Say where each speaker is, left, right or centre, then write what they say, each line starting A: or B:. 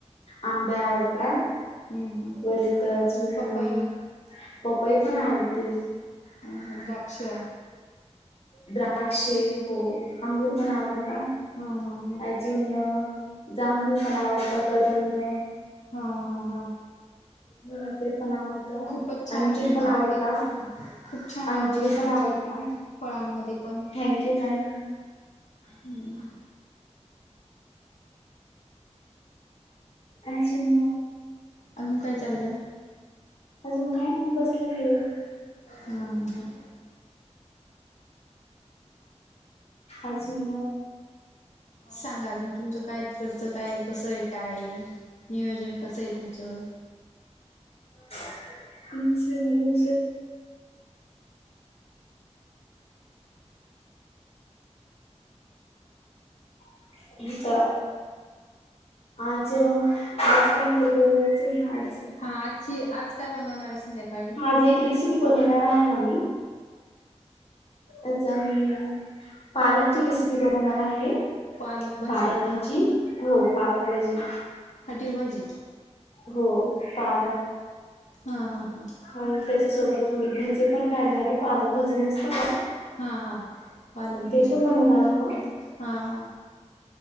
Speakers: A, on the left (about 55°); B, on the left (about 80°).
A: आंबे आवडता.
B: हम्म हम्म
A: परत अजून
B: पपई
A: पपई पण आवडती.
B: ह ह द्राक्ष
A: द्राक्ष हो. अंगूर पण आवडता.
B: हा हा
A: अजून जांबूळ पण आवडतं. करवंद.
B: हा हा हा
A: ह ते पण आवडत.
B: खूपच छान
A: अंजीर पण
B: आवड
A: आवडता.
B: आहे खूप छान
A: अंजीर
B: आवड आहे
A: पण
B: तुमची.
A: आवडता
B: फळांमध्ये पण.
A: थँक्यू मॅम
B: हम्म
A: अजुन
B: अजून काय चालल.
A: अजून काही नाही बसलेली आहे
B: ह ह
A: अजून
B: सांगा अजुन. तुमचं काय तिकडचं काय कसं आहे. काय नियोजन कस आहे तुमचं.
A: <unintelligible> <unintelligible> आज आज काही तरी बनवायचंय. आ
B: हा आजची आज काय बनवणार आहे संध्याकाळी
A: आज एक रेसिपी बनवणार आहे आम्ही आज आम्ही पालकची रेसिपी बनवणार आहे
B: पालक भाजी
A: पालकभजी हो पालकभजी
B: हाटीव भाजी
A: हो पाव
B: हा हा हा
A: आणि त्याच्यासोबत थोडी भजी पण काढणारे पालक भजी नसत का
B: हा हा पालक
A: ते
B: भजी
A: पण बनवणार आहोत
B: हा हा